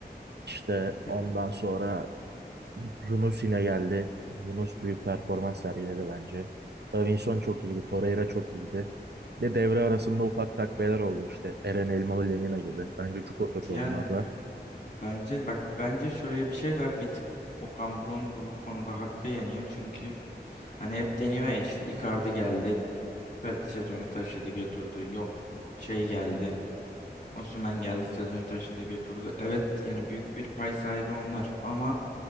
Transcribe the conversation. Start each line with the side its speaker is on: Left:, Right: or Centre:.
Right: İşte
Left: e,
Right: ondan sonra Yunus yine geldi. Yunus büyük performans sergiledi bence. Davinson çok iyiydi. Torreira çok iyiydi. Bir de devre arasında ufak takviyeler oldu işte. Eren Elmalı Lemina gibi. Bence çok oturdu
Left: yani
Right: onlar da.
Left: Bence bak bence şöyle bir şey var. Bir tık Okan Buruk'un bu konuda hakkı yeniyor. Çünkü hani hep deniyor ya işte Icardi geldi, ta- sezonu taşıdı, götürdü. Yok şey geldi. Osimhen geldi sezonu taşıdı götürdü. Evet yani büyük bir pay sahibi onlar ama